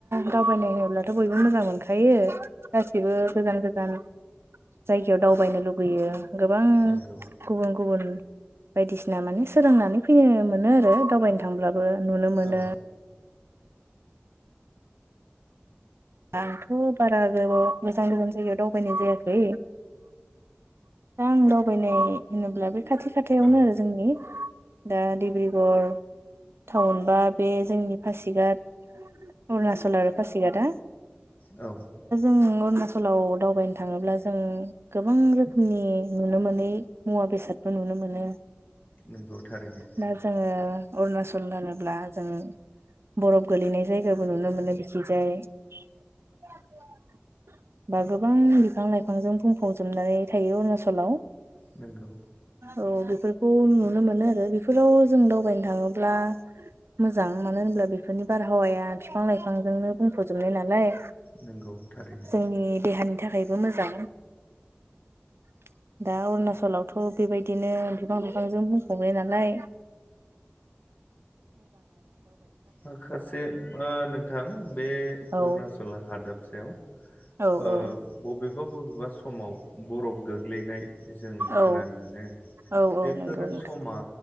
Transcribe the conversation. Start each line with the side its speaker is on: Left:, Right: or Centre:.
Right: दावबायनाय होयोब्लाथ' बयबो मोजां मोनखायो गासिबो गोजान गोजान जायगायाव दावबायनो लुुबैयो गोबां
Left: नंगौ
Right: गुबुन गुबुन बायदिसिना माने सोलोंनानै फैनो मोनो आरो दावबायनो थांब्लाबो नुनो मोनो।
Left: औ
Right: आंथ' बारा गोबाव गोजान गोजान जायगायाव दावबायनाय जायाखै। दा आं दावबायनाय होनोब्ला बे खाथि खाथायावनो
Left: औ
Right: आरो जोंनि दा डिब्रुगर टाउन बा बे जोंनि पासिघात अरुणाचल आरो पासिगादा
Left: औ
Right: जों अरुणाचलाव दावबायनो थाङोब्ला जों गोबां रोखोमनि नुनो मोनै मुवा बेसादबो नुनो मोनो।
Left: नंगौ थारैनो
Right: दा जोङो अरुणाचल होनोब्ला जों बरफ गोलैनाय जायगाबो नुनो मोनो बिखिजाय <unintelligible> बा गोबां बिफां लाइफांजों बुंफबजोबनानै थायो अरुणचलाव
Left: नोंगौ
Right: औ बेफोरखौ नुनो मोनो आरो बेफोराव जों दावबायनो थाङोब्ला मोजां मानो होनब्ला बेफोरनि बारहावाया बिफां लाइफांजोंनो बुंफजोब जोबनाय नालाय
Left: नंगौ थारैनो
Right: जोंनि देहानि थाखायबो मोजां <unintelligible> दा अरुणाचलावथ' बेबायदिनो बिफांजों बुंफनाय नालाय औ
Left: माखासे ओ नोंथां बे
Right: औ
Left: अरुणाचल हादाबसायाव ओ
Right: औ औ
Left: बबेब बबेबा बबेबा समाव बरफ गोग्लैनाय जों खोनानो
Right: औ
Left: मोनो
Right: औ औ
Left: बेफोरो
Right: नंगौ नोंथां
Left: समा